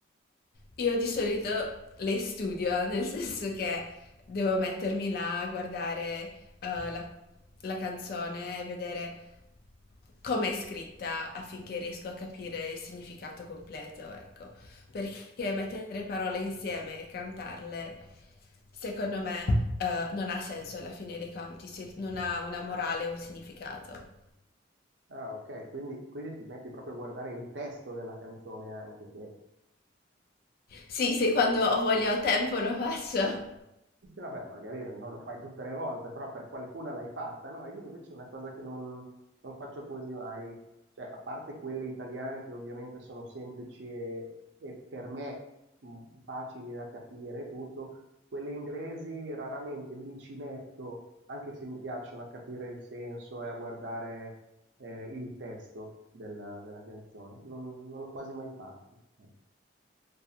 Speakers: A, on the left (about 50°); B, on the right (about 65°).
A: Io di solito le studio, nel senso che devo mettermi là a guardare eh, la, la canzone e vedere come è scritta affinché riesco a capire il significato completo, ecco. Perché mettere parole insieme e cantarle, secondo me, eh, non ha senso alla fine dei conti, se non ha una morale o un significato.
B: Ah, ok, quindi, quindi ti metti proprio a guardare il testo della canzone anche, che
A: Sì, se quando ho voglia o tempo lo faccio,
B: Sì, sì, vabbè, magari non lo fai tutte le volte, però per qualcuna l'hai fatta, no? Io invece è una cosa che non, non faccio quasi mai, cioè, a parte quelle italiane che ovviamente sono semplici e, e per me mh, facili da capire e tutto, quelle inglesi raramente mi ci metto, anche se mi piacciono a capire il senso e a guardare eh, il testo del- della canzone. Non, non l'ho quasi mai fatto. ecco.